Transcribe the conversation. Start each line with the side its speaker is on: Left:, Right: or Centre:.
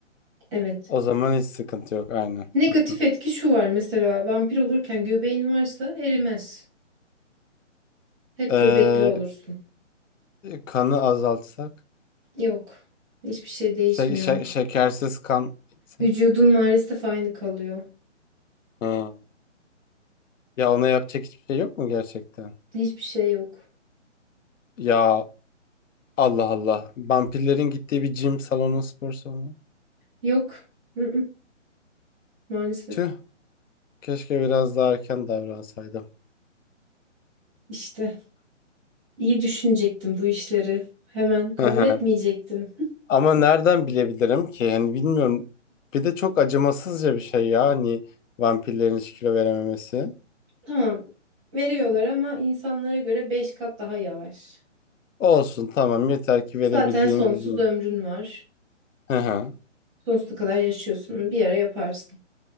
Centre: Evet.
Left: O zaman hiç sıkıntı yok. Aynen.
Centre: Negatif
Left: <laughs>
Centre: etki şu var mesela vampir olurken göbeğin varsa erimez. Hep
Left: Ee,
Centre: göbekli olursun.
Left: kanı azaltsak,
Centre: Yok. Hiçbir şey değişmiyor.
Left: şey, şe- şekersiz kan içsek.
Centre: Vücudun maalesef aynı kalıyor.
Left: Hı. Ya ona yapacak hiçbir şey yok mu gerçekten?
Centre: Hiçbir şey yok.
Left: Ya Allah Allah. Vampirlerin gittiği bir gym salonu, spor salonu.
Centre: Yok. Mm-mm, maalesef.
Left: Tüh, keşke biraz daha erken davransaydım.
Centre: İşte iyi düşünecektin bu işleri. Hemen kabul
Left: Hı hı.
Centre: etmeyecektin.
Left: Ama nereden bilebilirim ki? Yani bilmiyorum. Bir de çok acımasızca bir şey ya. Hani vampirlerin hiç kilo verememesi.
Centre: Tamam. Veriyorlar ama insanlara göre 5 kat daha yavaş.
Left: Olsun tamam yeter ki verebildiğim
Centre: Zaten sonsuz
Left: bileyim.
Centre: ömrün var.
Left: Hı hı.
Centre: Sonsuza kadar yaşıyorsun. Bir ara yaparsın.